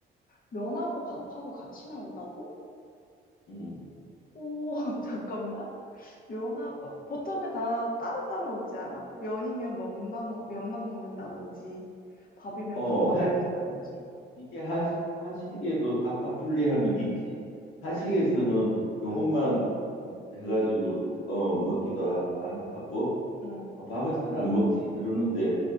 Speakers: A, on the left (about 45°); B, on the left (about 85°).
A: 면하고 밥하고 같이 나온다고?
B: 음.
A: 오, <laughs> 잠깐만. 면하고, 보통은 다 따로따로 먹지 않아? 면이면 면만, 먹, 면만 먹는다든지, 밥이면
B: 어,
A: 밥만
B: 한
A: 먹는다든지.
B: 이게 한 한식에도 각각 분리하면 있지. 한식에서는 요것만
A: 응,
B: 해가지고 어 먹기도 하, 하고
A: 응,
B: 어, 밥은 잘 안 먹지. 그러는데